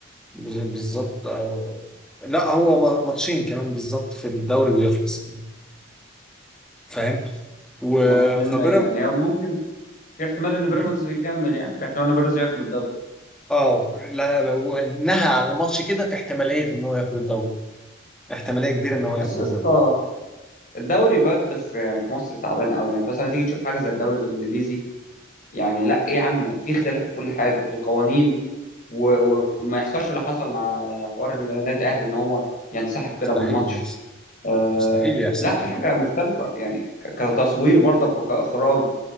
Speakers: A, in the centre; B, on the left (about 40°).
A: بز- بالظبط أو- لا هو ما- ماتشين كمان بالظبط في الدوري ويخلص كده. فاهم و
B: ماتشين
A: فبيراميدز
B: يعني هي ممكن في احتمال ان بيراميدز
A: مم.
B: يكمل يعني في احتمال ان بيراميدز ياخد الدوري
A: اه لا لو انها على الماتش كده في احتماليه ان هو ياخد الدوري احتماليه كبيره ان هو ياخد
B: بس يا
A: الدوري
B: اسطى الدوري بجد في يعني في مصر تعبان قوي يعني انت مثلا تيجي تشوف حاجه زي الدوري الانجليزي يعني لا ايه يا عم في اختلاف في كل حاجه في القوانين و- و- وما يحصلش اللي حصل مع حوار إن النادي الاهلي ان هو ينسحب كده
A: مستحيل
B: من ماتش
A: يحصل
B: آه
A: مستحيل يحصل
B: لا في
A: كده
B: حاجه مختلفه يعني ك- كتصوير برضك وكاخراج